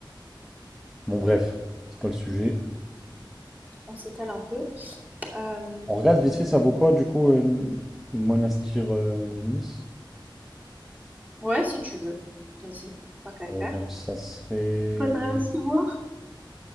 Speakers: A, in the centre; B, on the right.
A: Bon, bref, c'est pas le sujet.
B: on s'étale un peu. Euh,
A: On regarde vite fait, ça vaut quoi du coup, euh, Monastir euh, Nice?
B: Ouais, si tu veux. Vas-y, tant qu'à faire.
A: Euh, donc ça serait.
B: Il faudrait aussi voir.